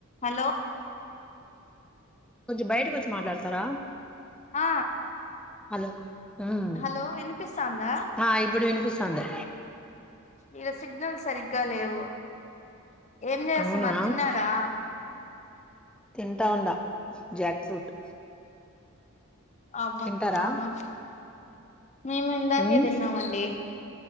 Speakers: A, on the left; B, in the centre.
A: హలో
B: కొంచెం బయటకొచ్చి మాట్లాడతారా
A: ఆ
B: హలో ఉమ్
A: హలో వినిపిస్తాందా
B: ఆ ఇప్పుడు వినిపిస్ స్తాంది
A: ఈడ సిగ్నల్ సరిగ్గా లేవు ఏం చేస్తున్నారు
B: అవునా
A: తిన్నారా
B: తింటా ఉండా జాక్ ఫ్రూట్
A: అబ్బా
B: తింటారా
A: ఆహా మేము ఇందాకే
B: మ్
A: తిన్నామండి